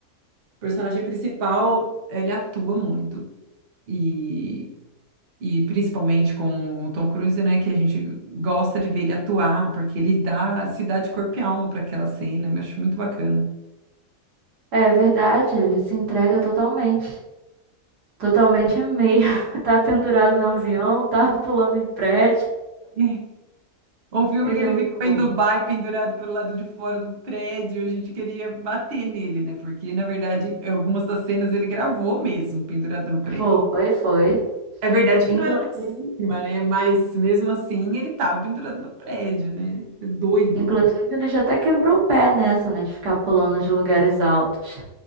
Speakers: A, on the right; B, on the right.
A: personagem principal, ele atua muito. E, e principalmente com o Tom Cruise, né? Que a gente gosta de ver ele atuar, porque ele dá, se dá de corpo e alma para aquela cena, eu acho muito bacana.
B: É verdade, ele se entrega totalmente. Totalmente meio. <laughs> Tá pendurado no avião, tá <laughs> pulando em prédio.
A: É. O filme
B: Ele
A: que ele
B: é muito
A: ficou
B: bom.
A: em Dubai pendurado pelo lado de fora do prédio, a gente queria bater nele, né? Porque, na verdade, algumas das cenas ele gravou mesmo, pendurado no prédio.
B: Foi, foi.
A: É verdade
B: Inclusive,
A: que não era lá em cima, né? Mas mesmo assim ele tava pendurado no prédio, né? É Doido.
B: inclusive ele já até quebrou o pé nessa, né? De ficar pulando de lugares altos.